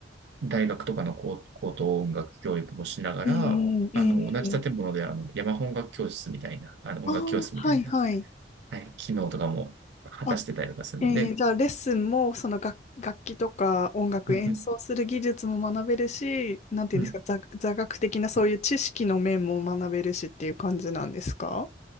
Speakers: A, on the right (about 65°); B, on the left (about 35°).
A: 大学とかの高高等音楽教育もしながら、
B: えうえええ
A: あの、同じ建物で、あの、山本音楽教室みたいな、あの、音楽教室みたいな、
B: ああはいはい。
A: はい、機能とかも果たしてたりとかするんで、
B: あ、ええじゃあレッスンも、その楽、楽器とか音楽演奏する技術も学べるし、
A: うん
B: なんていうんですか、
A: うんうん。
B: 座、座学的なそういう知識の面も学べるしっていう感じなんですか